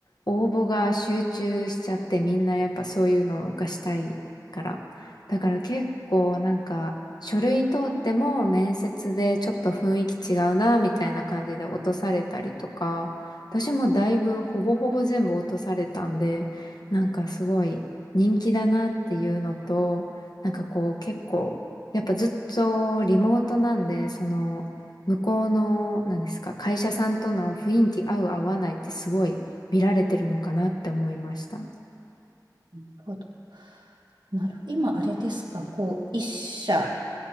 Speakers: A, on the left (about 65°); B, on the right (about 80°).
A: 応募が集中しちゃってみんなやっぱそういうのがしたいから。だから結構なんか書類通っても面接でちょっと雰囲気違うな、みたいな感じで落とされたりとか、私もだいぶほぼほぼ全部落とされたんで、なんかすごい人気だなっていうのと、なんかこう結構、やっぱずっとリモートなんで、その、向こうの、なんですか、会社さんとの雰囲気合う合わないってすごい見られてるのかなって思いました。
B: なるほど。なる、今、あれですか、こう、一社、